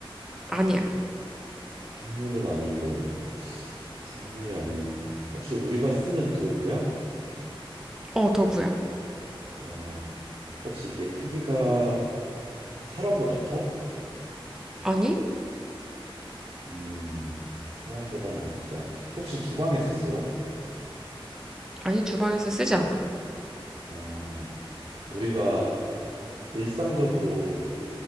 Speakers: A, in the centre; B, on the right.
A: 아니야.
B: 생물은 아니고 생물이 아니면 혹시 우리가 쓰는 도구야?
A: 어, 도구야.
B: 어, 혹시 이게 크기가 사람보다 커?
A: 아니?
B: 음, 사람보다는 안 크다. 혹시 주방에서 쓰여?
A: 아니, 주방에서 쓰지 않아.
B: 어, 우리가 일상적으로